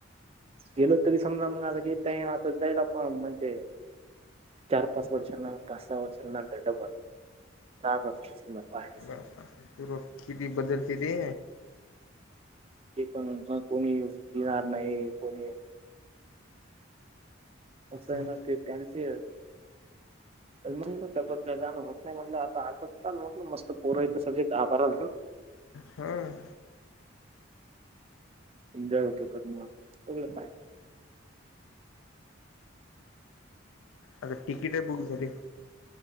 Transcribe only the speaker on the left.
बापा तू किती बदलते ते
मग
हम
आता तिकीट आहे बुक झाली